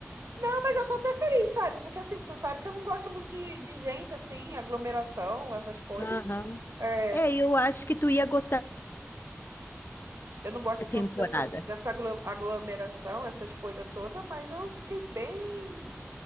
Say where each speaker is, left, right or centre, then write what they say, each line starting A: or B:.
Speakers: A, on the right (about 75°); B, on the left (about 50°).
A: Ah, mas eu tô até feliz, sabe? Porque assim, tu sabe que eu não gosto muito de, de gente, assim, aglomeração, essas coisas.
B: Aham,
A: É,
B: É, eu acho que tu ia gostar
A: eu não gosto
B: da temporada.
A: tanto dessa, dessa aglo- aglomeração, essas coisas todas, mas eu fiquei bem.